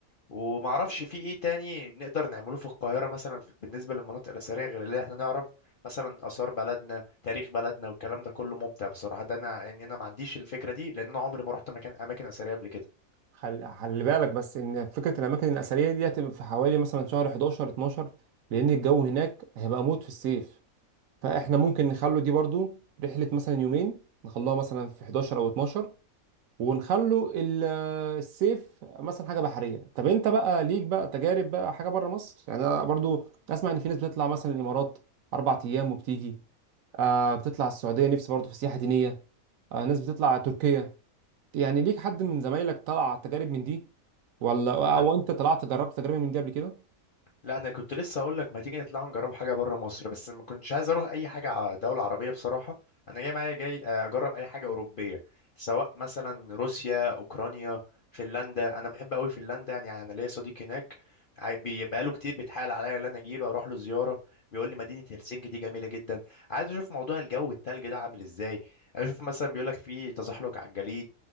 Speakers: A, on the left (about 60°); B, on the right (about 70°).
A: ومعرفش في ايه تاني نقدر نعمله في القاهره مثلا في- بالنسبه للمناطق الاثريه غير اللي احنا نعرف مثلا اثار بلدنا تاريخ بلدنا والكلام ده كله ممتع بصراحه ده انا يعني انا ما عنديش الفكره دي لان انا عمري ما رحت مكان اماكن اثريه قبل كده
B: خل... خلي بالك بس ان فكره الاماكن الاثريه دي هتبقى في حوالي مثلا شهر 11 12 لان الجو هناك هيبقى موت في الصيف فاحنا ممكن نخلو دي برضو رحله مثلا يومين نخلوها مثلا في 11 او 12 ونخلوا ال- السيف مثلا حاجه بحريه طب انت بقى ليك بقى تجارب بقى حاجه بره مصر يعني انا برضو اسمع ان في ناس بتطلع مثلا الامارات اربع ايام وبتيجي آه بتطلع السعوديه نفسي برضو في سياحه دينيه آه ناس بتطلع تركيا يعني ليك حد من زمايلك طلع تجارب من دي ولا او
A: أنا-
B: انت طلعت جربت تجربه من دي قبل كده
A: لا انا كنت لسه هقول لك ما تيجي نطلع نجرب حاجه بره مصر بس ما كنتش عايز اروح اي حاجه ع- دوله عربيه بصراحه انا جاي معايا جاي اجرب اي حاجه اوروبيه سواء مثلا روسيا اوكرانيا فنلندا انا بحب قوي فنلندا يعني انا ليا صديق هناك عاي- بي- بقاله كتير بيتحايل عليا ان انا اجي له اروح له زياره بيقول لي مدينه هلسنكي دي جميله جدا عايز اشوف موضوع الجو التلج ده عامل ازاي عايز اشوف مثلا بيقول لك في تزحلق على الجليد